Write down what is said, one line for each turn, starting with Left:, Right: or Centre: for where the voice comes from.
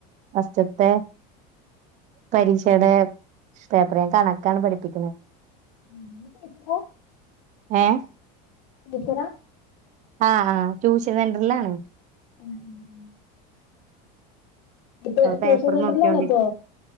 Right: ഫസ്റ്റത്തെ പരീക്ഷയുടെ പേപ്പറ് ഞാ കണക്കാണ് പഠപ്പിക്കുന്നത്
Left: ഉം <unintelligible>
Right: ഏഹ്
Left: <unintelligible>
Right: ആഹ് ആഹ് ട്യൂഷൻ സെൻട്രലിലാണ്
Left: ഉം ഉം ഉം ഇപ്പൊ
Right: അപ്പൊ
Left: ട്യൂഷൻ
Right: പേപ്പർ
Left: സെന്ററിലാണോ
Right: നോക്കിയോണ്ടിരിക്ക
Left: അപ്പൊ